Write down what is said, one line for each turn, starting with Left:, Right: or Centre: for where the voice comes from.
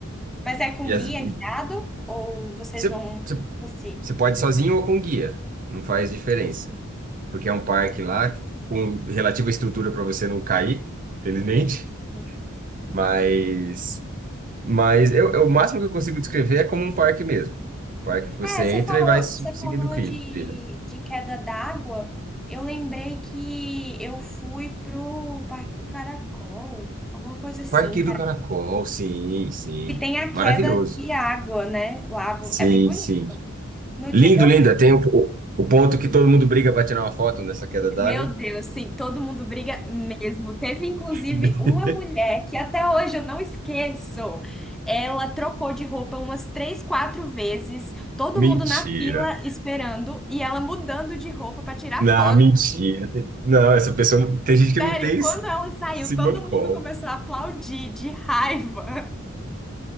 Centre: Mas é com
Right: E, as,
Centre: guia,
Right: e
Centre: guiado ou vocês
Right: você,
Centre: vão
Right: você,
Centre: por si?
Right: você pode ir sozinho ou com guia. Não faz diferença. Porque é um parque lá com relativa estrutura para você não cair, felizmente.
Centre: Hum.
Right: Mas. Mas eu, eu- o máximo que eu consigo descrever é como um parque mesmo. Parque, que você
Centre: É, você
Right: entra
Centre: falou,
Right: e vai su-
Centre: você
Right: seguindo
Centre: falou
Right: o trilho-
Centre: de,
Right: trilha.
Centre: de queda d'água. Eu lembrei que eu fui pro Parque do Caracol, alguma coisa assim,
Right: Parque
Centre: cara.
Right: do Caracol, sim, sim.
Centre: E tem a
Right: Maravilhoso.
Centre: queda de água, né? Lá
Right: Sim,
Centre: é bem bonito.
Right: sim.
Centre: No
Right: Lindo,
Centre: dia que eu
Right: lindo.
Centre: fui,
Right: Tem o, o ponto que todo mundo briga para tirar uma foto nessa queda d'água.
Centre: meu Deus, sim, todo mundo briga mesmo. Teve inclusive
Right: <laughs>
Centre: uma mulher que até hoje eu não esqueço. Ela trocou de roupa umas três, quatro vezes, todo
Right: Mentira.
Centre: mundo na fila esperando e ela mudando de roupa para tirar
Right: Não,
Centre: foto.
Right: mentira. Não, essa pessoa não, tem gente que não
Centre: Sério,
Right: tem
Centre: quando
Right: esse
Centre: ela saiu,
Right: esse
Centre: todo
Right: mancol.
Centre: mundo começou a aplaudir de raiva.